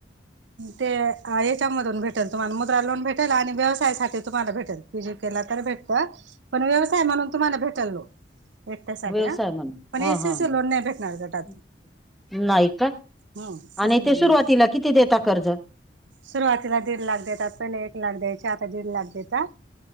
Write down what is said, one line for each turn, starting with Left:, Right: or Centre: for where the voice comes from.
Right: ते याच्यामधून भेटेल तुम्हाला मुद्रा लोन भेटेल, आणि व्यवसायासाठी तुम्हाला भेटेल. पीजी केला तर भेटत पण व्यवसाय म्हणून तुम्हाला भेटल लोन. एकट्यासाठी
Centre: व्यवसाय
Right: हा
Centre: म्हणून
Right: पण
Centre: हा
Right: एसीसी
Centre: हा
Right: लोन नाही भेटणार गटातून
Centre: हा नाही का?
Right: हम्म सीसी
Centre: आणि ते
Right: लोन
Centre: सुरुवातीला
Right: नाही
Centre: किती देता कर्ज.
Right: सुरुवातीला दीड लाख देतात पहिले एक लाख द्यायचे आता दीड लाख देतात.